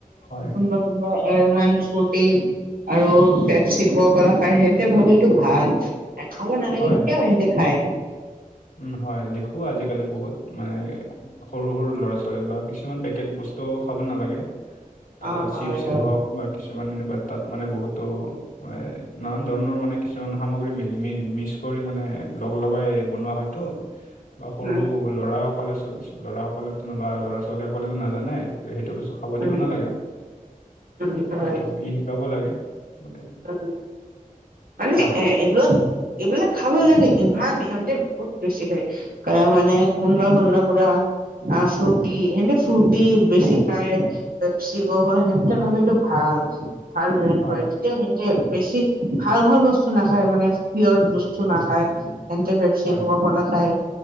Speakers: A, on the left; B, on the right.
A: হয়
B: কোনোবা তিব এ ইমান সুটি আৰু পেপ চি খাব পাৰা খাই সেনেতে ভাবোঁ এইটো ভাল। এই খাব নালাগে
A: হয়
B: কেতিয়া সিহঁতে এনটে খায়।
A: উম, হয়, দেখোঁ আজিকালি বহুত মানে। সৰু সৰু ল'ৰা ছোৱালী বিলাক কিছুমান পেকেট বস্তুও খাব নালাগে, ধৰা
B: অ হয়
A: চিপছে
B: হয়।
A: হওক বা কিছুমান এনেকুৱা তাত মানে বহুতো মানে নানান ধৰণৰ মানে কিছুমান সামগ্ৰী মিলি ম মিক্স কৰি মানে লগ লগাই বনোৱা হয়। ত বা সৰু
B: উম,
A: ল'ৰা সকলে ল'ৰা সকলেো বা ল'ৰা ছোৱালী সকলেতো নাজানে এইটো সেইটো বস্তু খাব দিব
B: উম,
A: নালাগে
B: উম, হয়,
A: সেইটো আমি শিকাব লাগে মানে
B: উম মানে
A: হয়
B: এইবোৰ এইবিলাক খাব লাগে ইমান সিহঁতে বহুত বেছি খাই। কাই মানে কোনবা শুন ন পুৰা আ ফ্ৰুটি হেন্টে ফ্ৰুটি বেছি পাই। পেপছি কৰ্বলে হেন্তে খালিটো ভাল, ভাল ৰেংকৰে
A: হয়
B: তেঁও হেন্তে বেছি ভাল ভাল বস্তু নাখায় মানে পিয়ৰ জুছটো নাখায়, সহতে শিৱ
A: হয়
B: <inaudible> খায়,